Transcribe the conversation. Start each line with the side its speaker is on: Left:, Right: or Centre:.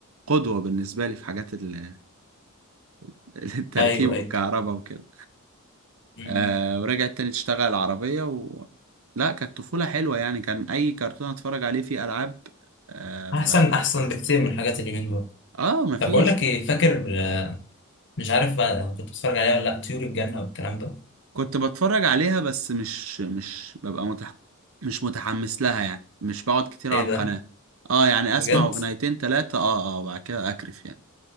Right: قدوة بالنسبة لي في حاجات ال- <laughs> التركيب
Left: ايوه
Right: والكهرباء
Left: ايوه
Right: وكده
Left: مم.
Right: أه ورجعت تاني تشتغل العربية و... لا كانت طفولة حلوة يعني كان أي كرتون أتفرج عليه فيه ألعاب أه
Left: احسن
Right: بح...
Left: احسن بكتير من حاجات اليومين دول
Right: آه مفيش
Left: طب بقول لك ايه فاكر آه، مش عارف بقى كنت بتتفرج عليها ولا لا طيور الجنه والكلام ده
Right: كنت بتفرج عليها بس مش مش ببقى متح... مش متحمس لها يعني مش بقعد كتير
Left: ايه
Right: على
Left: ده
Right: القناة اه يعني اسمع
Left: بجد
Right: اغنيتين تلاتة اه اه وبعد كده اكرف يعني